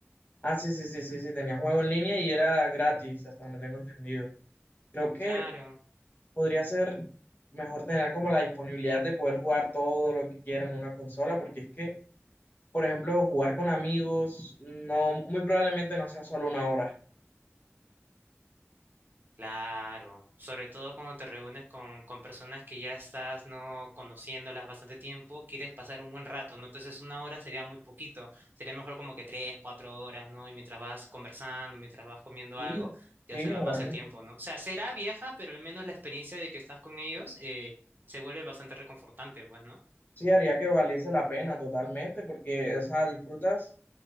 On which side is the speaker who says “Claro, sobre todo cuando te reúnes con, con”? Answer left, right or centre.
Right